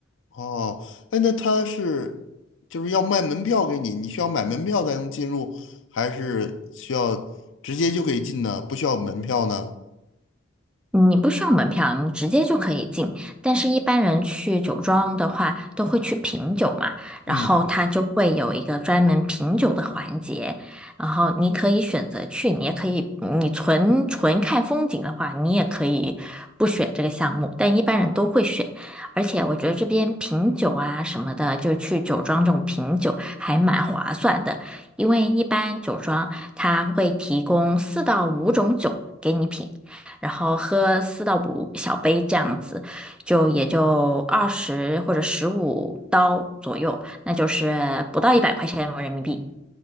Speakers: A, on the left (about 65°); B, in the centre.
A: 哦，哎，那他是就是要卖门票给你，你需要买门票才能进入，还是需要直接就可以进呢？不需要门票呢？
B: 你不需要门票，你直接就可以进。但是，一般人去酒庄的话，都会去品酒嘛，然后他就会有一个专门品酒的环节，
A: 嗯，
B: 然后你可以选择去，你也可以，你纯纯看风景的话，你也可以不选这个项目，但一般人都会选。而且，我觉得这边品酒啊什么的，就是去酒庄这种品酒还蛮划算的，因为一般酒庄它会提供四到五种酒给你品。然后喝四到五小杯这样子，就也就二十或者十五刀左右，那就是不到一百块钱人民币。